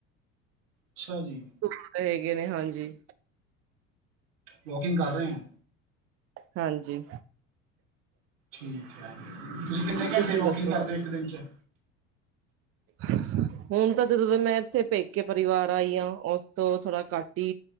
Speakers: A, on the right (about 75°); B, on the right (about 40°).
A: ਅੱਛਾ, ਜੀ।
B: ਘੂਮਦੇ ਹੈਗੇ ਨੇ ਹਾਂਜੀ।
A: ਵੋਕਿੰਗ ਕਰ ਰਹੇ ਹਾਂ?
B: ਹਾਂਜੀ।
A: ਤੁਸੀਂ ਕਿੰਨੇ
B: ਤੁਸੀਂ
A: ਘੰਟੇ ਵੋਕਿੰਗ
B: ਦੱਸੋ
A: ਕਰਦੇ ਹੋ ਇੱਕ ਦਿਨ ਚ?
B: ਹਾਂ। <unintelligible> ਹੁਣ ਤਾਂ ਜਦੋਂ ਦਾ ਮੈਂ ਇੱਥੇ ਪੇਕੇ ਪਰਿਵਾਰ ਆਈ ਹਾਂ ਉਸ ਤੋਂ ਥੋੜਾ ਘੱਟ ਹੀ